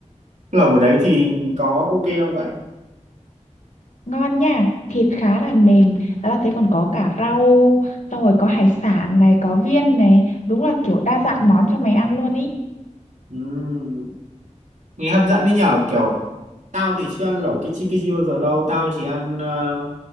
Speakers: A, on the right (about 85°); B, on the left (about 75°).
A: Lẩu ở đấy thì có ok không vậy?
B: ngon nha thịt khá là mềm và tao thấy còn có cả rau xong rồi có hải sản này có viên này đúng là kiểu đa dạng món cho mày ăn luôn ý
A: Ừm, nghe hấp dẫn đấy nhở kiểu tao thì chưa ăn lẩu kichi kichi bao giờ đâu, tao chỉ ăn ờ,